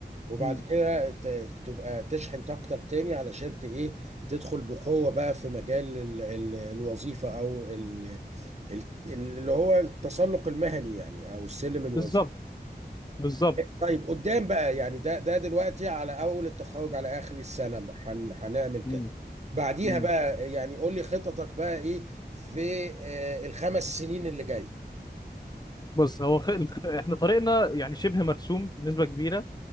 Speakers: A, on the right (about 40°); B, on the left (about 25°).
A: وبعد
B: م-
A: كده ت- تبقى تشحن طاقتك تاني علشان ت ايه تدخل بقوة بقى في مجال ال ال الوظيفة او ال- اللي هو التسلق المهني يعني او السلم الوظيفي
B: بالظبط بالظبط
A: طيب قدام بقى يعني ده ده دلوقتي على اول التخرج على اخر السنه ما هن هنعمل كده
B: م-
A: بعديها
B: م.
A: بقى يعني قول لي خططك بقى ايه في آه، الخمس سنين اللي جاي
B: بص هو خ... الخ- احنا طريقنا يعني شبه مرسوم بنسبه كبيره